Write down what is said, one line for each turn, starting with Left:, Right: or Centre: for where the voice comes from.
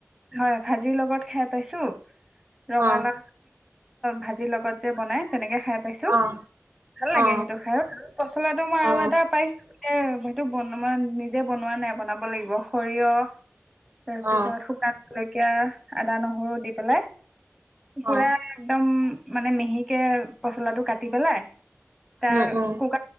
Centre: হয় ভাজিৰ লগত খাই পাইছো ৰঙালা
Right: অ
Centre: ভাজিৰ লগত যে বনাই তেনেকে খাই পাইছো,
Right: অ
Centre: ভাল লাগে
Right: অ
Centre: সেইটো খাই আৰু পচলাটো মই
Right: অ
Centre: আৰু এটা পাইছো সেইটো ব মই নিজে বনোৱা নাই বনাব লাগি ব, সৰিয়হ তাৰপিছত
Right: অ
Centre: শুকান জলকীয়া, আদা নহ হৰু দি পেলাই, পুৰা
Right: অ
Centre: একদম মানে মেহিকে পচলাটো কাটি পেলাই তাৰ
Right: উম উম
Centre: কক